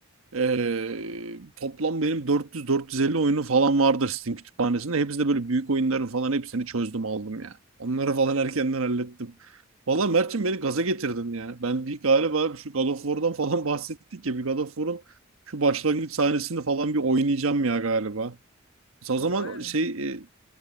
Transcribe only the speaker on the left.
E,
O
evet.